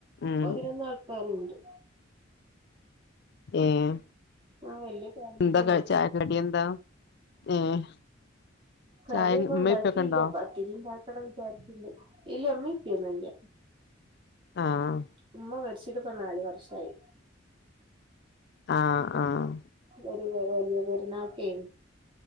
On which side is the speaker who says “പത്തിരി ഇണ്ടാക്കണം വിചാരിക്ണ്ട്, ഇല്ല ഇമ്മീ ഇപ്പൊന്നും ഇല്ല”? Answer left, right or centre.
Right